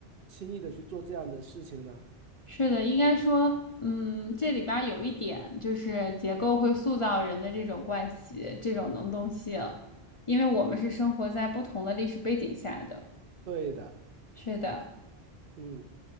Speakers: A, on the right; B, on the left.
A: 轻易的去做这样的事情呢？
B: 是的，应该说，嗯，这里边儿有一点就是结构会塑造人的这种惯习，这种能动性，因为我们是生活在不同的历史背景下的。
A: 对的，
B: 是的，
A: 嗯。